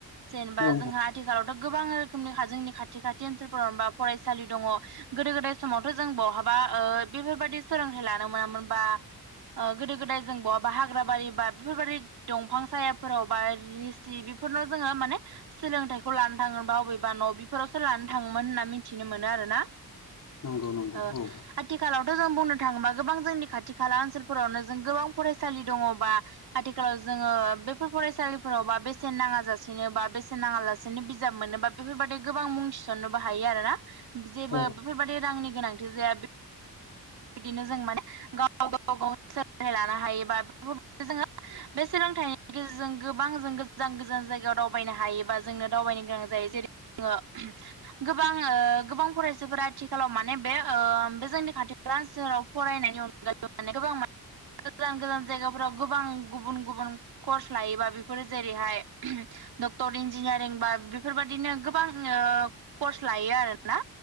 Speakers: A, on the right (about 75°); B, on the left (about 55°).
A: जेनोबा
B: औ
A: जोंहा आथिखालावथ' गोबां रोखोमनि हा जोंनि खाथि खाथि ओनसोलफोरावबा जेनोबा फरायसालि दङ। गोदो गोदाय समावथ' जों बहाबा बेफोरबायदि सोलोंथाइ लानो मोनामोन बा गोदो गोदाय जों बहाबा हाग्रा बारि बा बेफोरबाददि दंफां सायाफोराव बा रिसि बेफोरनाव जोङो माने सोलोंथाइखौ लानो थाङोबा अबेबा न' बेफोरावसो लानो थाङोमोन होनना मिथिनो मोनो आरोना।
B: नंगौ नंगौ औ
A: ओ आथिखालावथ' जों बुंनो थाङोबा गोबां जोंनि खाथि खाला ओनसोलफोरावनो जों गोबां फरायसालि दङबा आथिखालाव जोङो बेफोर फरायसालिफोराव बा बेसेन नाङा जासेनो बा बेसेन नाङा लासे सेननि बिजाब मोनोबा बेफोरबायदि गोबां मुं थिसननोबो हायो आरोना। जेबो
B: औ
A: बेफोर रांनि गोनांथि जाया बे बिदिनो जों माने गाव गाव गाव सोलोंथाइ लानो हायोबा बेफोरबाय जोङो बे सोलोंथाइनि गेजेरजों गोबां जों गोजान गोजान जायगायाव दावबायनो हायोबा जोंनो दावबायनो गोनां जायो जेरै ओ गोबां ओ गोबां फरायसाफोरा आथिखालाव माने बे ओ बे जोंनि खाथि <unintelligible> फरायनायनि अनगायै माने गोबां मा गोजान गोजान जायगाफोराव गोबां गुबुन गुबुन कर्स लायोबा बेफोरो जेरैहाय <unintelligible> डक्टर इन्जिनियारिं बा बेफोरबादिनो गोबां ओ कर्स लायो आरो ना